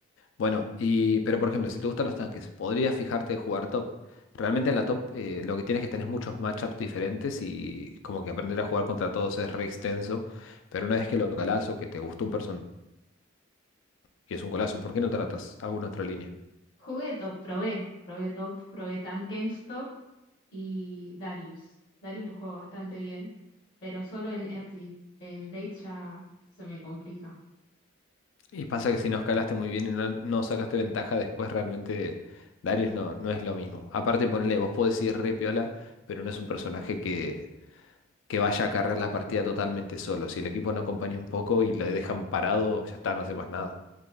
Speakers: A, on the left; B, on the left.
A: bueno, y pero por ejemplo, si te gustan los tanques, podrías fijarte en jugar top. Realmente en la top eh, lo que tienes es que tenés muchos matchups diferentes y como que aprender a jugar contra todos es re extenso, pero una vez que lo calás o que te gustó un personaje, Y es un golazo. ¿Por qué no tratas alguna otra línea?
B: Jugué top, probé, probé top, probé Tamkench top y Darius. Darius lo juego bastante bien, pero solo en early. En late ya se me complica.
A: Y pasa que si no escalaste muy bien y no, no sacaste ventaja, después realmente Darius no, no es lo mismo. Aparte, ponele, vos podés ir re piola, pero no es un personaje que, que vaya a cargar la partida totalmente solo. Si el equipo no acompaña un poco y le dejan parado, ya está, no hace más nada.